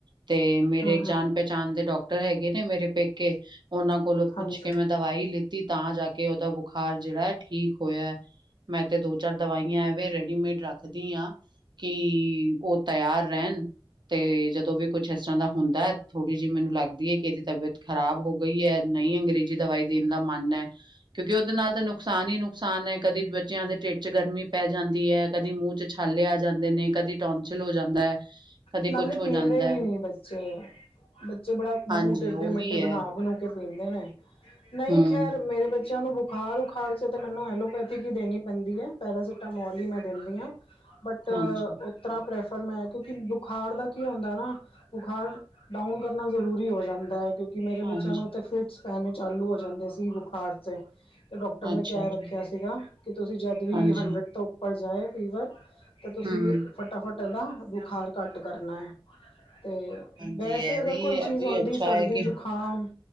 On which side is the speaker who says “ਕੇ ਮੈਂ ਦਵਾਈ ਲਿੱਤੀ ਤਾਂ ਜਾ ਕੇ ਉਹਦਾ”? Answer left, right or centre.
Right